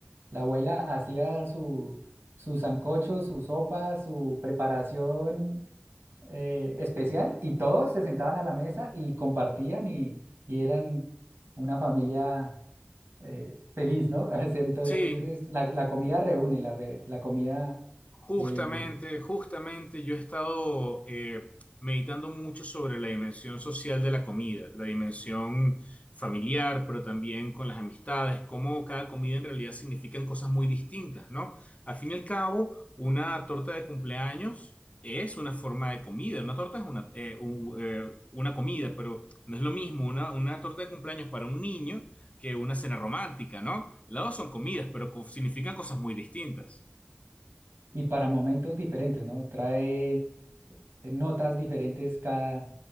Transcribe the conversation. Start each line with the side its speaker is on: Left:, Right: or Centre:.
Right: la abuela hacía su, su sancocho, su sopa, su preparación eh, especial y todos se sentaban a la mesa y compartían y, y eran una familia eh, feliz, ¿no? <laughs> Entonces
Left: Sí,
Right: la, la comida reúne, la, re- la comida
Left: Justamente,
Right: eh,
Left: justamente yo he estado eh, meditando mucho sobre la dimensión social de la comida, la dimensión familiar, pero también con las amistades, cómo cada comida en realidad significan cosas muy distintas, ¿no? Al fin y al cabo, una torta de cumpleaños es una forma de comida, una torta es una, eh, un- eh, una comida, pero no es lo mismo una, una torta de cumpleaños para un niño que una cena romántica, ¿no? Las dos son comidas, pero co- significan cosas muy distintas.
Right: y para momentos diferentes, ¿no? Trae eh, notas diferentes cada,